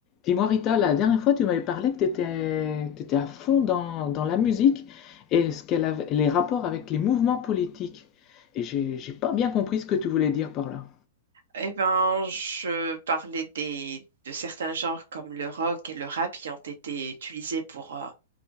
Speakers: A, on the left; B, on the right.
A: Dis-moi Rita, la dernière fois tu m'avais parlé que tu étais, à fond dans, dans la musique et ce qu'elle avait- les rapports avec les mouvements politiques. Et j'ai j'ai pas bien compris ce que tu voulais dire par là.
B: Eh ben, je parlais des, de certains genres comme le rock et le rap qui ont été utilisés pour, euh,